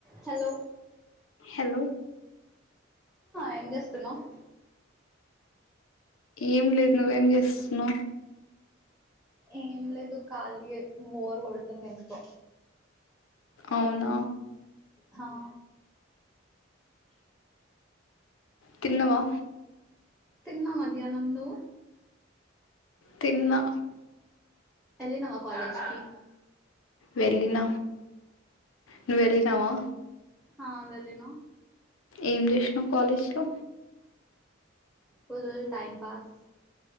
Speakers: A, in the centre; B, on the left.
A: Hello
B: hello
A: ఏం చేస్తున్నావు్
B: ఏం లేదు నువ్వేం చేస్తున్నావ్
A: ఏం లేదు ఖాళీ బోరు కొడుతుంది ఎందూకో
B: అవునా
A: హా
B: తిన్నవా
A: తిిన్నా మధ్యానం నువ్వు
B: తిన్నా
A: ఎలినవ కాలేజ్కిి
B: వెళ్ళిన నువూ వెళ్ళినావా
A: ఆ వెళ్ళిన
B: ఏం చేసినవ కాలేజ్ లో
A: ఫుల్ టైమ్ పాస్